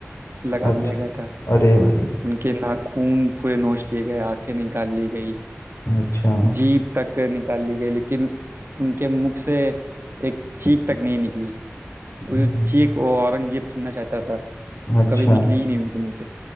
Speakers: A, on the right; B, on the left.
A: लगा
B: अच्छा
A: दिया गया था
B: अरे भाई
A: उनके नाखून पूरे नोच लिए गए आंखें निकाल ली गई
B: अच्छा
A: जीभ तक निकाल ली गई लेकिन उनके मुख से एक चीख तक नहीं निकली वो
B: हम्म,
A: जो चीख वो औरंगजेब सुनना चाहता था
B: अच्छा
A: वो कभी निकली ही नहीं उनके मुंह से